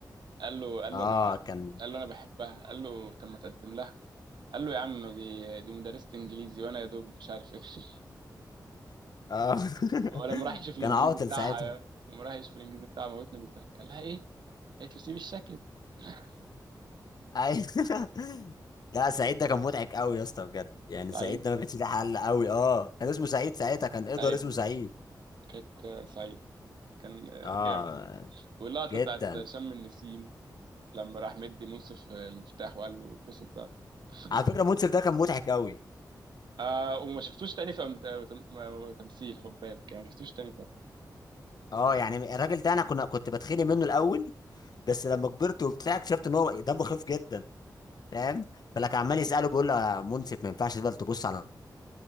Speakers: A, on the right; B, on the left.
A: قال له قال
B: اه
A: له انا
B: كان
A: قال له انا بحبها قال له طب ما تقدم لها قال له يا عم دي دي مدرسة انجليزي وانا يا دوب مش عارف ايه <laughs>
B: اه <laughs>
A: هو لما راح يشوف الانجليزي
B: كان عاطل
A: بتاعها
B: ساعتها
A: يا- لما راح يشوف الانجليزي بتاعها موتني من الضحك قال لها ايه قالت له سيبي الشكل <laughs>
B: اي <laughs> لا سعيد ده كان مضحك قوي يا اسطى بجد يعني
A: سعيد
B: سعيد ده ما كانش ليه حل قوي اه كان اسمه سعيد ساعتها كان ادوارد
A: ايوه
B: اسمه سعيد
A: كانت سعيد كان
B: اه
A: جامد واللقطة
B: جدا
A: بتاعت شم النسيم لما راح مدي منصف المفتاح وقال له اتبسط بقى <laughs>
B: على فكره منصف ده كان مضحك قوي
A: آه وما شفتوش تاني في أم- تم- تمثيل خد بالك يعني ما شفتوش تاني في
B: اه يعني الراجل ده انا كنا كنت بتخانق منه الاول بس لما كبرت وبتاع اكتشفت ان هو دمه خفيف جدا فاهم فلك عمال يساله بيقول له يا منصف ما ينفعش بقى تبص على